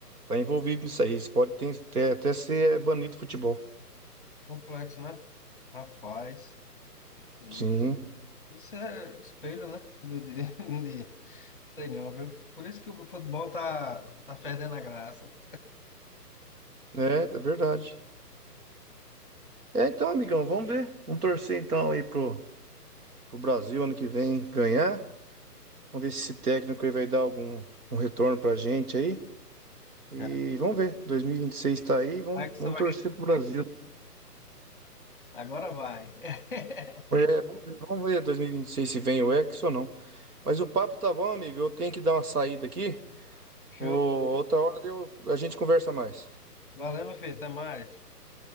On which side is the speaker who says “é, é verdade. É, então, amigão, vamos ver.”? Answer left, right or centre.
Right